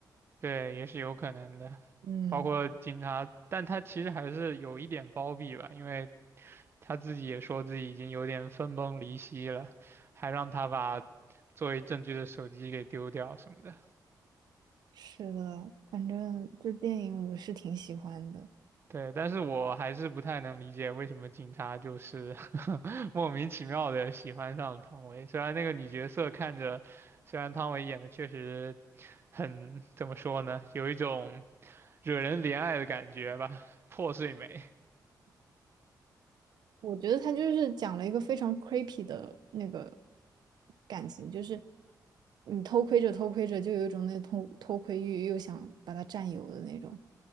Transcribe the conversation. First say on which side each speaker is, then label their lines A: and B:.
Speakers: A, on the right (about 35°); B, on the right (about 70°).
A: 对，也是有可能的，
B: 嗯，
A: 包括警察，但他其实还是有一点包庇吧，因为他自己也说自己已经有点分崩离析了，还让他把作为证据的手机给丢掉什么的。
B: 是的，反正这电影我是挺喜欢的。
A: 对，但是我还是不太能理解为什么警察就是 <laughs> 莫名其妙的喜欢上了汤唯。虽然那个女角色看着，虽然汤唯演的确实很，怎么说呢，有一种惹人怜爱的感觉吧，破碎美。
B: 我觉得他就是讲了一个非常 creepy 的那个感情，就是你偷窥着偷窥着，就有一种那偷偷窥欲，又想把他占有的那种。